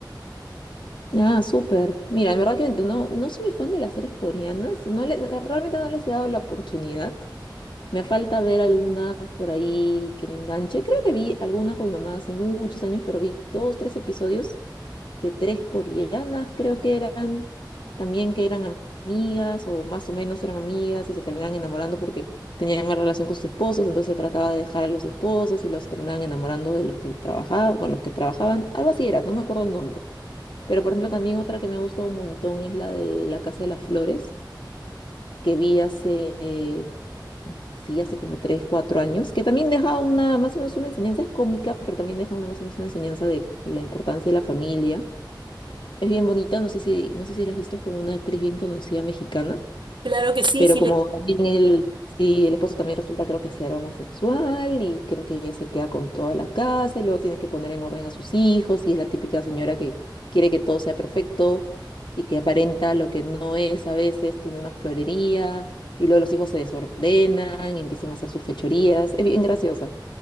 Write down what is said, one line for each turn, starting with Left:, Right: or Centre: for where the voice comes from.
Left: Ah, súper. Mira, en verdad que no, no soy muy fan de las series coreanas. No le- la- realmente no les he dado la oportunidad. Me falta ver alguna por ahí que me enganche. Creo que vi alguna con mi mamá hace muchos años, pero vi dos, tres episodios. de tres coreanas, creo que eran, también que eran am- amigas o más o menos eran amigas y se terminaban enamorando porque tenían una relación con sus esposos, entonces se trataba de dejar a los esposos y los terminaban enamorando de los que trabajaba, con los que trabajaban, algo así era, no me acuerdo el nombre. Pero por ejemplo también otra que me gusta un montón es la de La Casa de las Flores, que vi hace, eh, sí, hace como 3 4 años, que también deja una, más o menos una enseñanza, es cómica, pero también deja una, más o menos una enseñanza de la importancia de la familia es bien bonita, no sé si, no sé si la has visto, es con una actriz bien conocida mexicana,
Right: Claro que sí,
Left: pero
Right: sí
Left: como
Right: le,
Left: también él, sí, el esposo también resulta creo que ser homosexual y creo que ella se queda con toda la casa y luego tiene que poner en orden a sus hijos y es la típica señora que quiere que todo sea perfecto y que aparenta lo que no es a veces, tiene una florería y luego los hijos se desordenan y empiezan a hacer sus fechorías, es bien graciosa.